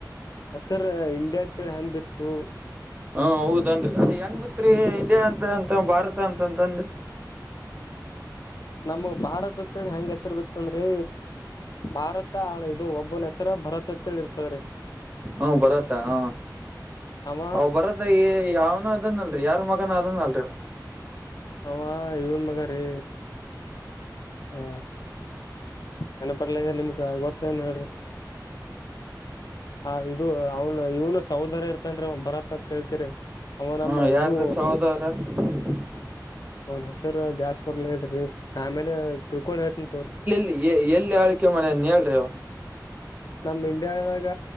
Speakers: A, on the left (about 60°); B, on the right (about 20°).
A: ಹೆಸರ್ ಇಂಡಿಯಾ ಅಂತೇಳಿ ಹೆಂಗ ಬಿತ್ತು.
B: ಹಾ ಹೌದನ್ರಿ ಅದ ಹೆಂಗ್ ಬಿತ್ರಿ ಇಂಡಿಯಾ ಅಂತ ಅಂತ ಭಾರತ ಅಂತಂತಂದು.
A: ನಮ್ಮ ಭಾರತ ಅತೇಳಿ ಹೆಂಗ ಹೆಸರ್ ಬಿತ್ತಂದ್ರೂ ಭಾರತ ಇದು ಒಬ್ಬನ ಹೆಸರ ಭರತ ಅತ್ಹೇಳಿ ಇರ್ತದ್ರೀ.
B: ಹ್ಮ ಭರತ ಹಾ.
A: ಅವ
B: ಅವ್ ಭರತ ಏ ಯಾವ್ನು ಅದನ್ ಅಲ್ರಿ ಯಾರ ಮಗನ ಅದನ್ ಅಲ್ರಿವ.
A: ಹ ಇವನ್ ಮಗ ರೀ ಹಾ. ನೆನ ಬರ್ಲಗ್ಯದ ನಿಮ್ಗ ಗೊತ್ತದೆನ್ ಹೇಳ್ರಿ. ಆ ಇದು ಅವನು ಇವನು ಸಹೋದರ ಇರ್ತನ್ ರೀ ಅವ ಬರತ್ತ್ ಅತ್ಕೇಳ್ಕರಿ ಅವನಮ್ಮ
B: ಹ್ಮ
A: ಇದು
B: <unintelligible>
A: ಅವನ್ ಹೆಸರು ದ್ಯಾಸ್ಪರ್ಲಗೆದ್ರೀ ಆಮೇಲೆ ತಿಳ್ಕೊಂಡ್ ಹೇಳ್ತಿನ್ ತೋರಿ.
B: ಎ ಎಲ್ಲಿ ಆಳ್ವಿಕೆ ಮಾಡೆನ್ ಹೇಳ್ರಿ ಅವ.
A: ನಮ್ ಇಂಡಿಯಾದಾಗ